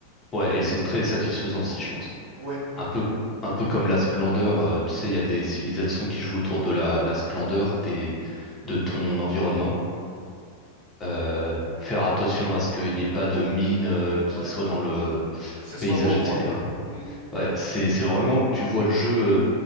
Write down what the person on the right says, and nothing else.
Ouais,
ouais,
ouais.
Que ça soit
beau
quoi. Mm.